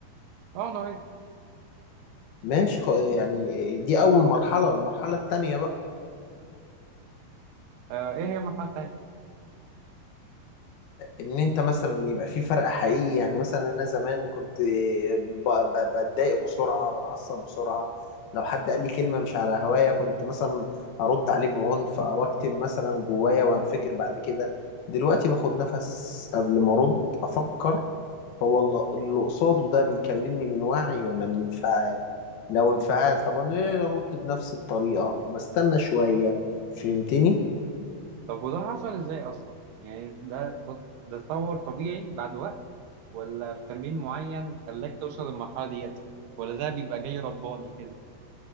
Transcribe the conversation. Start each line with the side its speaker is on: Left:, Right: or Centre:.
Right: اه انا وإنت.
Left: ماشي خ- يعني دي أول مرحلة المرحلة التانية بقى
Right: آه، ايه هي المرحله التانيه
Left: إن أنت مثلا يبقى في فرق حقيقي يعني مثلا أنا زمان كنت ب- ب- بتضايق بسرعة بتعصب بسرعة لو حد قال لي كلمة مش على هواية كنت مثلا أرد عليه بعنف أو أكتم مثلا جوايا وأنفجر بعد كده دلوقتي باخد نفس قبل ما أرد أفكر هو الل- اللي قصاده ده بيكلمني من وعي ولا من انفعال لو انفعال طب أنا ليه أرد بنفس الطريقة ما استنى شوية فهمتني
Right: طب وده حصل ازاي اصلا يعني ده ت- ده تطور طبيعي بعد وقت ولا في تمرين معين خلاك توصل للمرحله ديت ولا ده بيبقى جاي رباني كده